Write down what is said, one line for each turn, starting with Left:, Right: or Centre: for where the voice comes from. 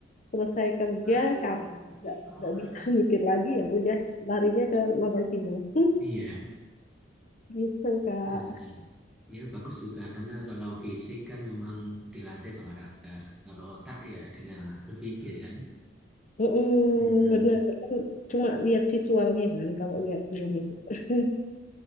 Left: selesai kerja,
Centre: Nah itu
Left: capek,
Centre: urut ini
Left: nggak
Centre: kalau
Left: nggak
Centre: driving
Left: bisa <laughs> mikir lagi ya udah larinya ke nonton film. <laughs>
Centre: Iya,
Left: Gitu, Kak.
Centre: heeh. Ya bagus juga karena kalau fisik kan memang dilatih olahraga, kalau otak ya dengan berpikir kan.
Left: Mm-mm,
Centre: Mm-mm.
Left: bener kan cuma lihat visualnya kan kalau lihat film itu. <laughs>